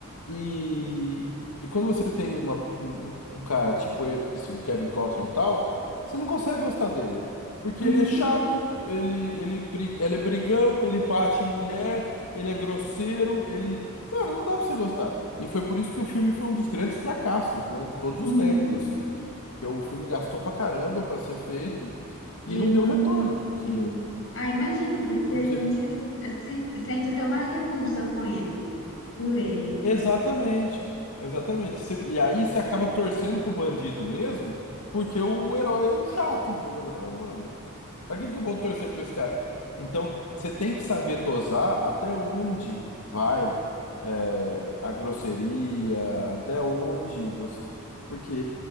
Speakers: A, on the left; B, on the left.
A: E, e quando você tem uma, um, um cara tipo esse, o Kevin Costner e tal, você não consegue gostar dele. Porque
B: Uhum,
A: ele é chato, ele, ele, bri- ele é brigão, ele bate em mulher, ele é grosseiro, ele. Cara, não dá pra você gostar. E foi por isso que o filme foi um dos grandes fracassos, né? De todos
B: uhum.
A: os tempos, assim. Porque o filme gastou pra caramba pra ser feito
B: E
A: e não
B: não,
A: deu retorno, porque.
B: e não- Ah, imagino, porque
A: Porque
B: a gente eh, sen- sente até uma repulsa com ele, por ele.
A: Exatamente, exatamente. Cê- e aí você acaba torcendo pro bandido mesmo, porque o herói é um chato, entendeu? Você fala, mano, pra que que eu vou torcer pra esse cara? Então, você tem que saber dosar até onde vai é, a grosseria, até onde você. Porque